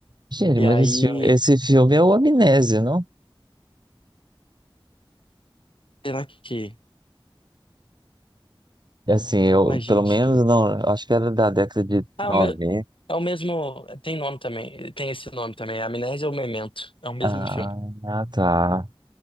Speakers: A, on the right; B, on the left.
A: Gente,
B: E
A: mas
B: aí,
A: esse filme, esse filme é o Amnésia, não?
B: será que.
A: É Assim, eu,
B: Ué,
A: pelo
B: gente.
A: menos,
B: que-
A: não, eu acho que era da década de
B: Ah,
A: noventa
B: o me- é o mesmo. Tem nome também. Tem esse nome também. Amnésia ou Memento. É o mesmo
A: Ah,
B: filme.
A: ah, tá.